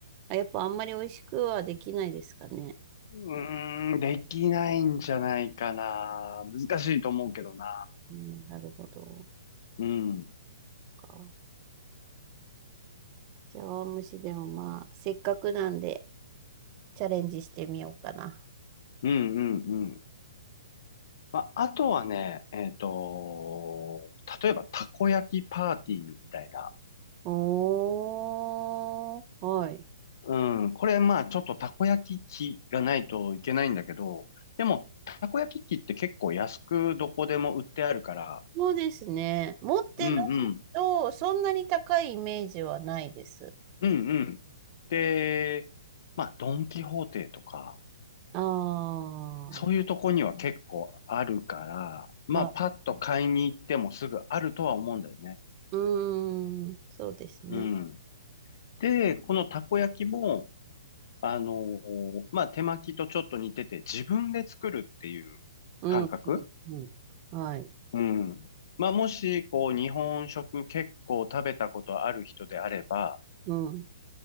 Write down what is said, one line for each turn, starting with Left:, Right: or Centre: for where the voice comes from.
Right: あ、やっぱあんまり美味しくはできないですかね。
Left: うーん、できないんじゃないかな。難しいと思うけどな。
Right: うん、なるほど。
Left: うん。
Right: か。じゃあ、しでもまあ、せっかくなんでチャレンジしてみようかな。
Left: うんうんうんまあ、あとはね、えっと、例えばたこ焼きパーティーみたいな。
Right: おー、はい。
Left: うん、これまあちょっとたこ焼き器がないといけないんだけど、でもたこ焼き器って結構安くどこでも売ってあるから、
Right: そうですね。持ってないと、
Left: うんうん、
Right: そんなに高いイメージはないです。
Left: うんうん。で、まあドンキホーテとか、
Right: ああ、
Left: そういうとこには結構あるから、まあパッと買いに行ってもすぐあるとは思うんだよね。
Right: まあ、うーん、そうですね。
Left: うん。で、このたこ焼きも、あのーまあ、手巻きとちょっと似てて、自分で作るっていう感覚
Right: うん、うん、うん。はい。
Left: うん。まあ、もし、こう、日本食結構食べたことある人であれば、
Right: うん、